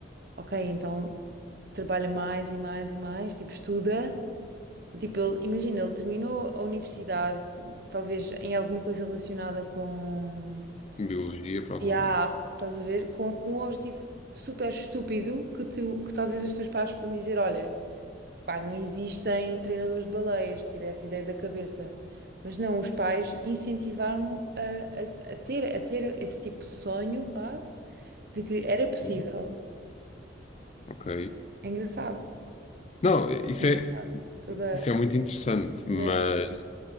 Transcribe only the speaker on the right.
Ok, então trabalha mais e mais e mais, tipo estuda. Tipo, ele, imagina, ele terminou a universidade, talvez em alguma coisa relacionada com.
E há, estás a ver, com um objetivo super estúpido que, tu, que talvez os teus pais possam dizer: Olha. Pá, não existem treinadores de baleias, tirei essa ideia da cabeça. Mas não, os pais incentivaram-no a, a- a ter, a ter esse tipo de sonho, quase, de que era possível.
É engraçado.
Engraçado.
Toda
a
mente.